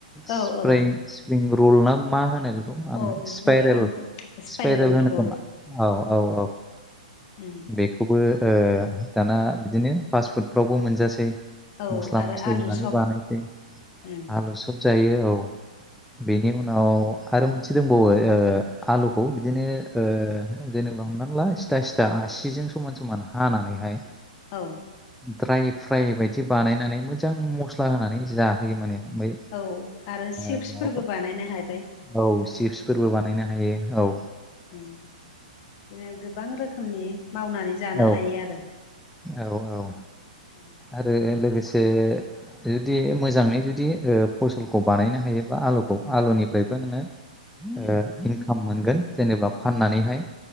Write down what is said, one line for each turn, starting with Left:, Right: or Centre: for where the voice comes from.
Left: अ
Centre: स्प्रें
Left: औ औ
Centre: स्प्रिं रल ना मा होनो बे आङो
Left: अ बिदि
Centre: स्पाइरेल
Left: आंबो
Centre: स्पाइरेल होनो
Left: रल
Centre: खोमा औ औ औ
Left: उम
Centre: बेखौबो ओ दाना बिदिनो फास फुडफ्रावबो मोनजासै
Left: औ
Centre: मस्ला
Left: आरो
Centre: मस्लि
Left: आलु
Centre: होनानै
Left: सप
Centre: बानायसै
Left: उम
Centre: आलु सब जायो औ बेनि उन उनाव आरो मोनसे दंबावो ओ आलुखौ बिदिनो ओ जेनेबा हमनानै ला सिथा सिथा आसिजों समान समान हानानैहाय
Left: औ
Centre: ड्राय फ्राइ बायदि बानायनानै मोजां मस्ला होनानै जाहोयो माने ओमफ्राय
Left: औ आरो चिप्सफोरबो
Centre: ओ माबाखौ
Left: बानायनो हाबाय
Centre: औ चिप्सफोरबो बानायनो हायो औ
Left: बिदिनो गोबां रोखोमनि मावनानै जानो
Centre: औ
Left: हायो आरो
Centre: औ औ
Left: <inaudible>
Centre: आरो लोगोसे जुदि मोजाङै जुदि ओ फसलखौ बानायनो हायोबा आलुखौ आलुनिफ्रायबो नोङो
Left: उम
Centre: ओ इनकाम मोनगोन जेनेबा फाननानैहाय